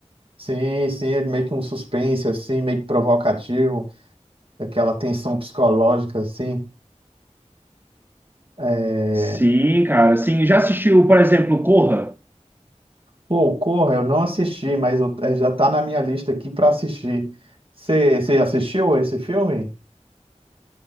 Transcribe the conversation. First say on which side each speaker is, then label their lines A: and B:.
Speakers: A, on the right; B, on the right.
A: Sim, sim, é meio que um suspense, assim, meio que provocativo, aquela tensão psicológica, assim. É...
B: Sim, cara, sim. Já assistiu, por exemplo, Corra?
A: Pô, Corra, eu não assisti, mas eu- é, já tá na minha lista aqui para assistir. Você assistiu esse filme?